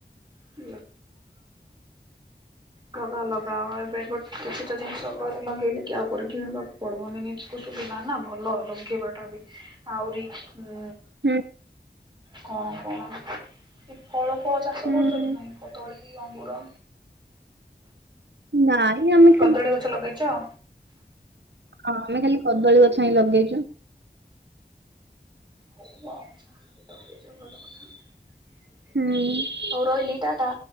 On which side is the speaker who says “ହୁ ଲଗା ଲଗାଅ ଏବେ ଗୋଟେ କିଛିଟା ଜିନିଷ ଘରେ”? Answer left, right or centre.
Right